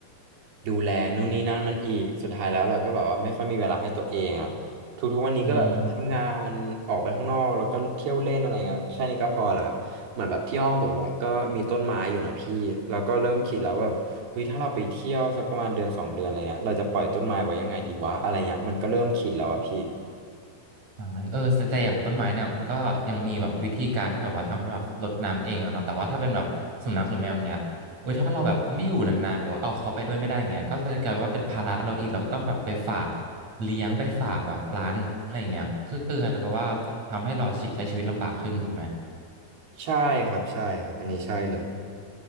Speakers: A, on the right; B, on the right.
A: ดูแลนู่นนี่นั่นมันอีกสุดท้ายแล้วเราก็แบบว่าไม่ค่อยมีเวลาให้ตัวเองอ่ะทุกๆวันนี้ก็แบบทำงานออกไปข้างนอกแล้วก็เที่ยวเล่นอะไรเงี้ยแค่นี้ก็พอละครับ
B: อืม
A: เหมือนแบบที่ห้องผมเนี่ยก็มีต้นไม้อยู่นะพี่เราก็เริ่มคิดแล้วแบบเฮ้ยถ้าเราไปเที่ยวสักประมาณเดือนสองเดือนอะไรเงี้ยเราจะปล่อยต้นไม้ไว้ยังไงดีวะอะไรเงี้ยมันก็เริ่มคิดแล้วอะพี่
B: อ่าเออแต่แต่อย่างต้นไม้เนี่ยมันก็ยังมีแบบวิธีการที่แบบว่าทำให้แบบรดน้ำเองอะเนาะแต่ว่าถ้าเป็นแบบสุนัขหรือแมวอย่างเงี้ยเออถ้าเราแบบไม่อยู่นานๆหรือว่าเอาเขาไปด้วยไม่ได้อย่างเงี้ยก็เลยกลายว่าเป็นภาระเราอีก เราก็ต้องแบบไปฝากเลี้ยงไปฝากแบบร้านอะไรอย่างเงี้ยคือคือแบบว่าทำให้เราใช้ชีวิตลำบากขึ้นถูกไหม
A: ใช่ครับใช่ครับอันนี้ใช่เลย